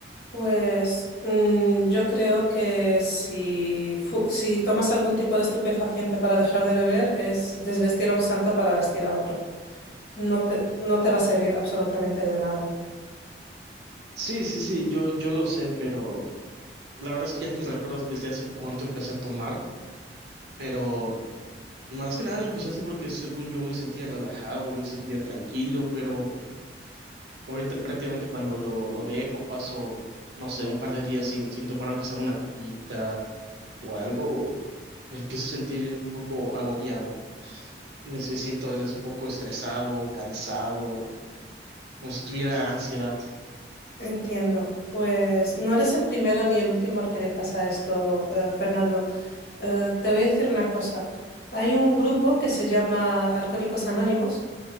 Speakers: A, on the left; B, on the right.
A: Pues mm, yo creo que si, fu- si tomas algún tipo de estupefaciente para dejar de beber, es desvestir a un santo para vestir a otro. No te, no te va a servir absolutamente de nada.
B: Sí, sí, sí, yo, yo lo sé, pero la verdad es que ya ni recuerdo desde hace cuánto empecé a tomar, pero más que nada lo empecé a hacer porque según yo me sentía relajado, me sentía tranquilo, pero... Ahorita prácticamente cuando lo, lo dejo paso, no sé, un par de días sin, sin tomar aunque sea una copita o algo, me empiezo a sentir un poco agobiado. Me, me siento a veces un poco estresado, cansado, como si tuviera ansiedad.
A: Entiendo. Pues no eres el primero ni el último al que le pasa esto, eh, Fernando. Eh, te voy a decir una cosa. Hay un grupo que se llama Alcohólicos Anónimos,